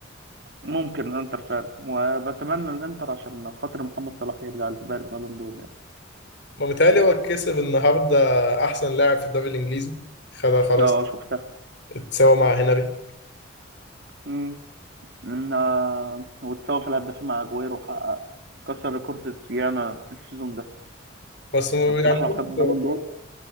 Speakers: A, on the right; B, on the left.
A: ممكن الانتر فعلا وبتمنى الانتر عشان خاطر محمد صلاح يرجع لسباق البالون دور يعني
B: ما متهيألي هو كسب النهارده احسن لاعب في الدوري الانجليزي خدها خلاص
A: اه شفتها
B: اتساوى مع هنري
A: امم إن- آه، وتساوي في الهدافين مع اجويرو وحقق كسر ريكورد السيانة السيزون ده
B: بس م-
A: بصراحة
B: يعني
A: لو
B: برضه
A: خد بالون دور